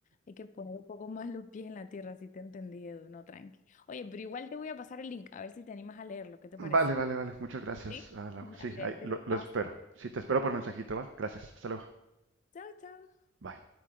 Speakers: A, on the left (about 40°); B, on the right (about 70°).
A: Hay que poner un poco más los pies en la tierra, si te entendí, Edu, no, tranqui. Oye, pero igual te voy a pasar el link, a ver si te animas a leerlo, ¿qué te parece?
B: Vale, vale, vale. Muchas gracias,
A: ¿Sí?
B: ah, Lau.
A: Dale,
B: Sí, ahí,
A: ahí te
B: lo,
A: lo
B: lo
A: paso.
B: espero. Sí, te espero por mensajito, ¿vale? Gracias. Hasta luego.
A: Chao, chao.
B: Bye.